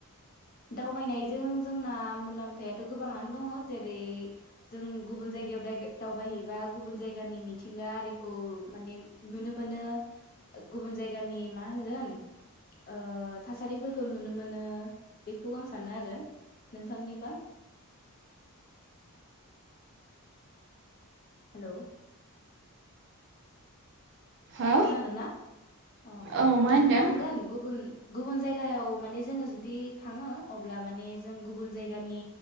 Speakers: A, on the left; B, on the right.
A: दावबायनायजों जोंना मुलाम्फायाथ' गोबाङानो दङ जेरै जों गुबुन जायगायाव द दावबायहैबा गुबुन जायगानि मिथिंगा आरिखौ माने नुनो मोनो गुबुन जायगानि मा होनगोन ओ थासारिफोरखौ नुनो मोनो बेखौ आं सानो आरो नोंथांनिबा हेल'
B: हो
A: खोनादोंना अह
B: औ मा होनदों
A: मानगोन गुबुन गुबुन जायगायाव माने जोङो जुदि थाङो अब्ला माने जों गुबुन जायगानि